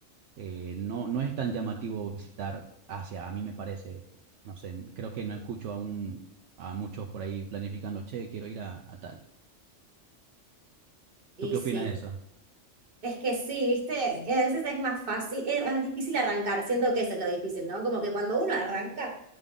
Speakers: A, on the right; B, on the right.
A: eh, no, no es tan llamativo visitar Asia, a mí me parece, no sé, creo que no escucho a un a muchos por ahí planificando, che, quiero ir a, a tal.
B: Y
A: ¿Tú qué
B: sí.
A: opinas de eso?
B: Es que sí, viste, Eh, a veces es más fácil, es más difícil arrancar, siento que eso es lo difícil, ¿no? Como que cuando uno arranca,